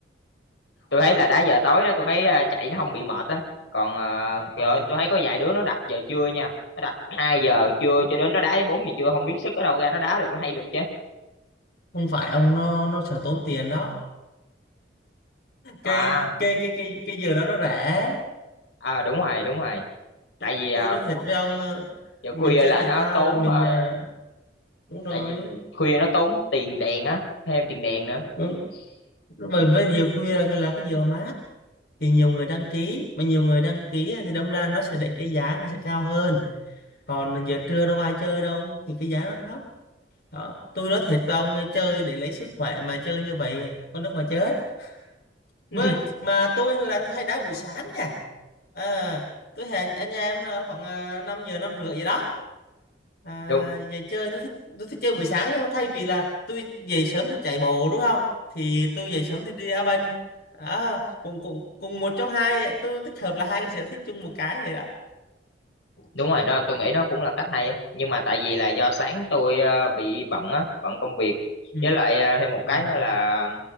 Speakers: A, on the left; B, on the left.
A: tôi thấy là đá giờ tối đó tôi thấy ờ, chạy nó không bị mệt á còn ờ,
B: Ờ,
A: trời ơi, tôi thấy có vài đứa nó đặt giờ trưa nha nó đặt 2 giờ trưa cho đến nó đá tới 4 giờ trưa không biết sức ở đâu ra nó đá được nó hay luôn chứ
B: không phải ông nó nó sợ tốn tiền đó cái
A: à,
B: cái cái cái cái giờ đó nó rẻ
A: à đúng rồi đúng rồi tại
B: tôi,
A: vì à,
B: tôi nói
A: khu-
B: thật với ông ờ,
A: giờ
B: mình
A: khuya
B: chơi
A: là
B: thể
A: nó
B: thao
A: tốn
B: là mình
A: ờ,
B: à, đúng rồi
A: tại vì khuya nó tốn tiền đèn á thêm tiền đèn nữa
B: đúng bởi với giờ khuya là, là cái giờ mát thì nhiều người đăng ký mà nhiều người đăng ký á, thì đâm ra nó sẽ để cái giá nó sẽ cao hơn còn giờ trưa đâu ai chơi đâu thì cái giá nó thấp đó tôi nói thiệt với ông ờ, chơi để lấy sức khỏe mà chơi như vậy ờ, con đất mà chết
A: <laughs>
B: với mà tôi là tôi hay đá buổi sáng nha à, tôi hẹn anh em là khoảng à, 5 giờ năm rưỡi gì đó À,
A: <clears throat> đúng
B: về chơi tôi thích tôi thích chơi buổi sáng nhưng mà thay vì là tôi về sớm tôi chạy bộ đúng không thì tôi về sớm tôi đi đá banh đó cùng cùng cùng một trong hai tôi tích hợp là hai cái sở thích chung một cái vậy đó
A: đúng rồi đó tôi nghĩ nó cũng là cách hay á nhưng mà tại vì là do sáng tôi ờ, bị bận á bận công việc
B: ừ.
A: với lại ờ, thêm một
B: ừ.
A: cái nữa là